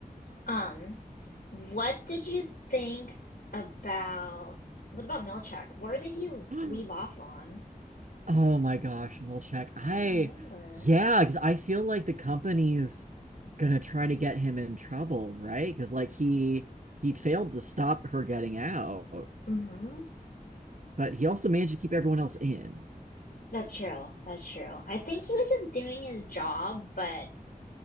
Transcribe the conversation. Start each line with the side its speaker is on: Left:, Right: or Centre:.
Left: Um, what did you think about what about Milchak? Where did he
Right: <gasps>
Left: leave off on?
Right: Oh my gosh, Milchek.
Left: I
Right: I,
Left: don't even remember.
Right: yeah, because I feel like the company's gonna try to get him in trouble, right? Because like he he failed to stop her getting out,
Left: Mm-hmm.
Right: but he also managed to keep everyone else in.
Left: That's true. That's true. I think he was just doing his job, but